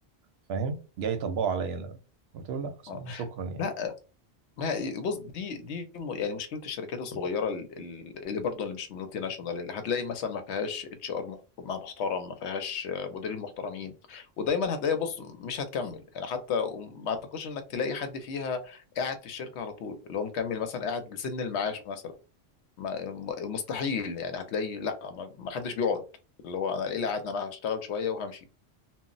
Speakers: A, on the right; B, on the left.
A: فاهم جاي يطبقه عليا انا قلت له لا أصلاً
B: آه.
A: شكرا يعني
B: لا ما- بص دي دي م- يعني مشكله الشركات الصغيره ال- ال- اللي برضه اللي مش مالتي ناشونال اللي هتلاقي مثلا ما فيهاش اتش ار محترم ما فيهاش آه، مديرين محترمين ودايما هتلاقي بص مش هتكمل يعني حتى وما اعتقدش انك تلاقي حد فيها قاعد في الشركه على طول اللي هو مكمل مثلا قاعد لسن المعاش مثلا ما- م- مستحيل يعني هتلاقي لا ما ما حدش بيقعد اللي هو انا ايه اللي قعدنا انا هشتغل شويه وهمشي